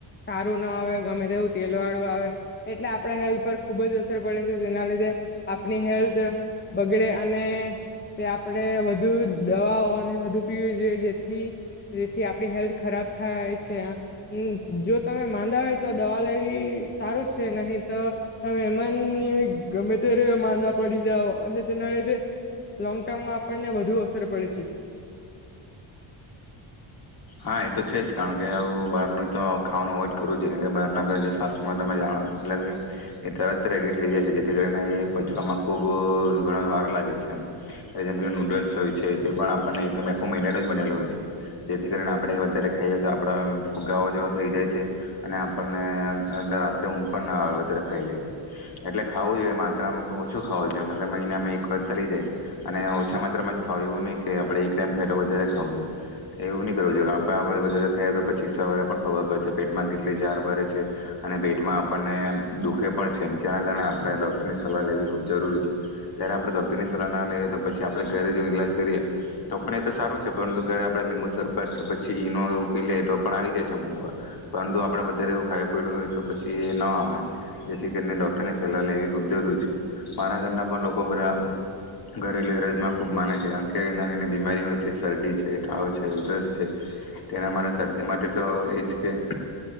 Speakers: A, on the left; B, on the left.
A: સારું ના આવે ગમે તેવું તેલ વાળું આવે એટલે આપણા હેલ્થ પર ખુબ જ અસર પડે છે, જેના લીધે આપણી હેલ્થ બગડે અને આપણે વધુ દવાઓ આને વધુ પીવી જોઈએ, જેથી જેથી આપણી હેલ્થ ખરાબ થાય છે. જો તમે માંદા હોય તો દવા લેવી સારું છે નહી તો તમે એમન <unintelligible> ગમે તે માંદા પડી જઓ અને તેના લીધે લોંગ ટર્મ આપણને વધુ અસર પડે છે.
B: હા એ તો છે જ કારણ કે, આવું બહારનું તો ખાવાનું અવોઈડ કરવું જોઈએ, કારણ કે બહારના બધ જે ફાસ્ટમાં તમે જાણ એટ કે એ તરત રડી થઈ જાય છે, જેથી કરીને એ પચવામાં ખૂબ જ ઘણ વારો લાગે છે, જેમ કે નૂડલ્સ હોય છે, તે પણ આપણને એકદમ આખો મેડનો જ બનેલો હોય છે. જેથી કરીને આપણે વધારે ખાઈએ તો આપણા ફુગાઓ જેવો થઈ જાય છે, અને આપણને અંદર રાત્રે ઊંઘ પણ ના આવે વધારે ખાઈ લઈએ, તો એટલે ખાવું જોઈએ માત્રામાં ઓછું ખાવું જોઈએ મહિનામાં એક વાર ચાલી જાય, અને ઓછા માત્રામાં જ ખાવું એવું નહીં કે આપણે એક ટાઈમ ખ તો વધારે ખાવું જોઈએ. એવું નહીં કરવું જોએ, આપણે પણ આપડે વધારે ખાઈ તોછી સવારે પણ ખબર પડે પેટ. માં કેટલી જાર ભરે છે, અને મા આપને દુઃખે પણ છે, જેના કારણે આપણે ડોક્ટરની સલાહ લેવી ખૂબ જરૂરી છે, ત્યારે આપણે ડોક્ટરની સલાહ ના લઈએ તો પછી આપણેે ઘરે જો ઈલાજ કરીએ તો પણ એ તો સારું છે, પરંતુ ઘરે આપને લિ <unintelligible> કે પછી ઇનો એવું કય લેય તો પણ આવી જાય છે અમુકવાર, પરંતુ આપડે વધારે એવું ખાઈ પીડું હોય તો પછી એ ન આવે એમ, જેથી કરીને ડોક્ટરની સલાહ લેવી ખુબ જરૂર છે. મારા ઘરના પણ લોકો બધા ઘરેલુ એલાજમાં ખુબ માને છે, કારણ કે નાની નાની બીમારી હોય છે, શરદી છે, તાવ છે ઉધરસ છે, તેના અમારે શરદી માટે તો એજ કે